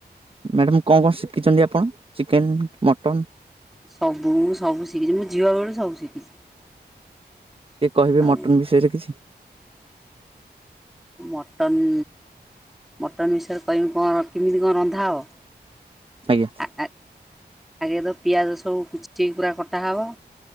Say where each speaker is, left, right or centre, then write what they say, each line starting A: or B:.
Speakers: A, on the right; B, in the centre.
A: ମ୍ୟାଡ଼ାମ କଣ କଣ ଶିଖିଛନ୍ତି ଆପଣ ଚିକେନ୍ ମଟନ୍?
B: ସବୁ ମୁଁ ସବୁ ଶିଖିଛି ମୁଁ ଝିଅ ବେଳୁ ସବୁ ଶିଖିଛି।
A: ଟିକଏ କହିବେ
B: ଆଉ
A: ମଟନ୍ ବିଷୟରେ କିଛି?
B: ମଟନ୍ ମଟନ୍ ବିଷୟରେ କହିବି କଣ କେମିତି କଣ ରନ୍ଧା ହବ?
A: ଆଜ୍ଞା।
B: ଆ ଆଗେ ତ ପିଆଜ ସବୁ କିୁଚି ପୁରା କଟାହବ।